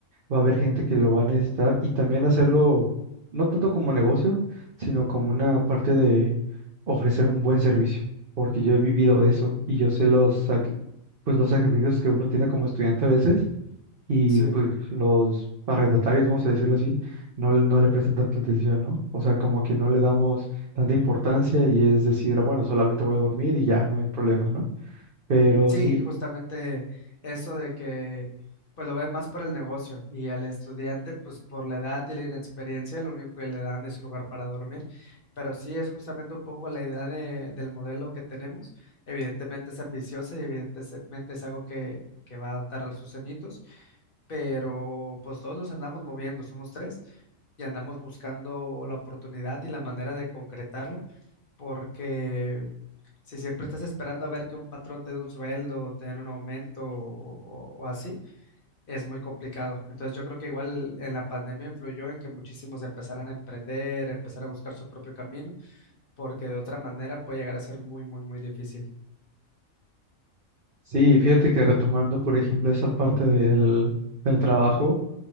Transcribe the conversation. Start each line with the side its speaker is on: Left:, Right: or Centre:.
Right: va a haber gente que lo va a necesitar y también hacerlo no tanto como negocio, sino como una parte de ofrecer un buen servicio, porque yo he vivido eso y yo sé los, sac- pues los sacrificios que uno tiene como estudiante a veces y
Left: sí.
Right: pues los arrendatarios, vamos a decirlo así, no, le- no le prestan tanta atención, ¿no? O sea, como que no le damos tanta importancia y es decir, bueno, solamente voy a dormir y ya, no hay problema, ¿no? Pero
Left: Sí,
Right: sí,
Left: justamente eso de que pues lo ve más por el negocio y al estudiante pues por la edad y la inexperiencia lo único que le dan es un lugar para dormir, pero sí es justamente un poco la idea de- del modelo que tenemos, evidentemente es ambiciosa y evidentemente es algo que, que va a tardar sus añitos, pero pues todos los andamos moviendo, somos tres y andamos buscando la oportunidad y la manera de concretarlo porque si siempre estás esperando a ver que un patrón te dé un sueldo, te den un aumento o, o- o así, es muy complicado. Entonces yo creo que igual en la pandemia influyó en que muchísimos empezaran a emprender, empezar a buscar su propio camino, porque de otra manera puede llegar a ser muy, muy, muy difícil.
Right: sí, fíjate que retomando, por ejemplo, esa parte del, del trabajo.